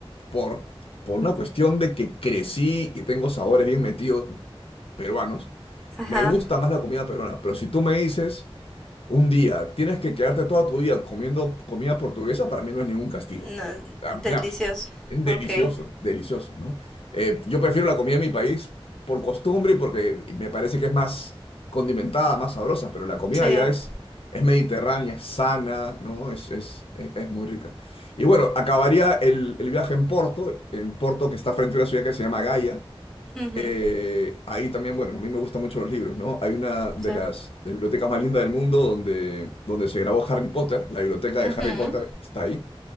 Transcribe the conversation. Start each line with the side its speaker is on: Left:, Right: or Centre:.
Left: por, por una cuestión de que crecí y tengo sabores bien metidos peruanos,
Centre: Ajá.
Left: me gusta más la comida peruana, pero si tú me dices... Un día, tienes que quedarte toda tu vida comiendo comida portuguesa, para mí no es ningún castigo.
Centre: No,
Left: Ah,
Centre: delicioso.
Left: No, delicioso,
Centre: Ok.
Left: delicioso, ¿no? Eh, yo prefiero la comida de mi país por costumbre y porque me parece que es más condimentada, más sabrosa, pero la comida
Centre: Sí.
Left: ya es, es mediterránea, es sana, ¿no? Es, es, es, es muy rica. Y bueno, acabaría el, el viaje en Porto, en Porto que está frente a una ciudad que se llama Gaia
Centre: ujú,
Left: eh, ahí también, bueno, a mí me gustan mucho los libros, ¿no? Hay una de
Centre: Sí.
Left: las de bibliotecas más lindas del mundo donde, donde se grabó Harry Potter, la biblioteca
Centre: ujú.
Left: de Harry Potter está ahí,